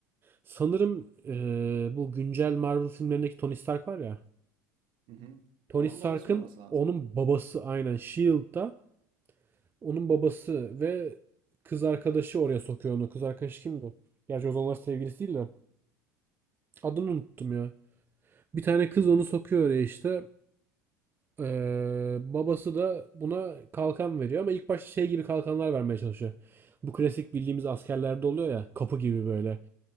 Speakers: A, on the right; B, on the right.
A: Sanırım ee, bu güncel Marvel filmlerindeki Tony Stark var ya.
B: Hı hı.
A: Tony
B: Onun
A: Stark'ın
B: babası olması lazım.
A: onun babası aynen S.H.I.E.L.D.'da Onun babası ve kız arkadaşı oraya sokuyor onu. Kız arkadaşı kimdi? Gerçi o zamanlar sevgilisi değil de. Adını unuttum ya. Bir tane kız onu sokuyor oraya işte. Ee, babası da buna kalkan veriyor ama ilk başta şey gibi kalkanlar vermeye çalışıyor. Bu klasik bildiğimiz askerlerde oluyor ya. Kapı gibi böyle.